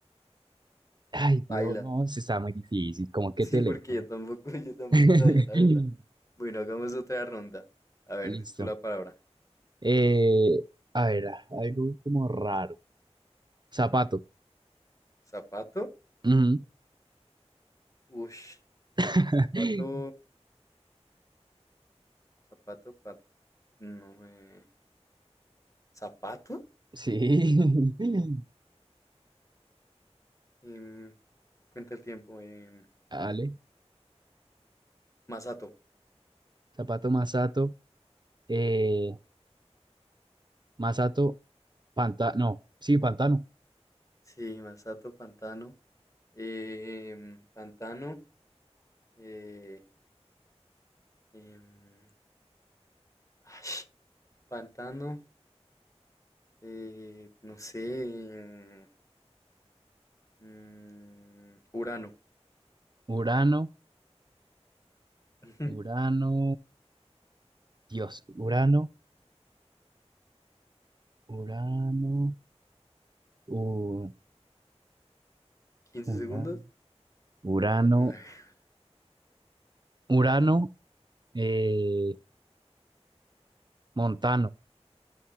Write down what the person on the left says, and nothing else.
Baila.
Sí,
porque yo tampoco, <laughs> yo tampoco sabía
la verdad. Bueno, hagamos otra ronda. A ver,
di tú la palabra.
¿Zapato?
Ush.
Zapato. Zapato. pa- no, eh, ¿Zapato?
Em, cuenta el tiempo. em,
Masato.
Sí, Masato, pantano. em, pantano. eh, Em, ay, pantano, eh, no sé, em, mm, Urano.
<laughs>
Quince
segundos.
Urano, eh, <laughs>